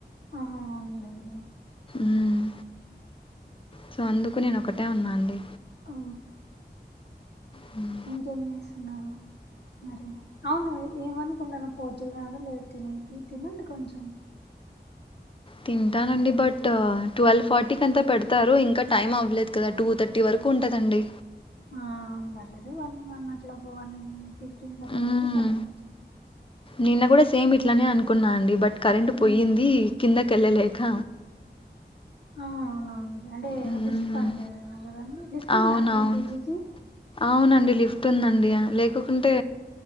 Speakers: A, on the left; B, on the left.
A: ఆహా ఉన్నిలేండి ఇగ
B: మ్ సో అందుకు నేను ఒకటే ఉన్నా అండి
A: ఆ
B: హ్మ్.
A: ఇంకేం చేస్తున్నరూ మరి అవును ఏమనుకుంటరు పోతున్నారు లేద తినేకి తినండి కొంచెం
B: తింటానండి బట్ టువెల్వ్ ఫార్టీ కంతా పెడతారు ఇంకా టైమ్ అవ్వలేదు కదా టూ థర్టీ వరకు కుంటదండి
A: ఆవున్ పర్లేదు వన్ వన్ అట్ల వన్ ఫిఫ్టీన్ గట్ల
B: హ్మ్
A: పోతే సరిపోతది
B: నిన్న గూడా సేమ్ ఇట్లానే అనుకున్నా అండి బట్ కరెంట్
A: హ్మ్
B: పోయిందీ కిందకెళ్ళలేక
A: ఆహ్ అవునా అండి అంటే
B: హ్మ్
A: లిఫ్ట్ పన్ చేయదేమో గదండి లిఫ్ట్
B: అవునవును
A: ఉందా అండి మీ పిజీకి
B: అవునండి లిఫ్ట్ ఉందండి లేకుకుంటే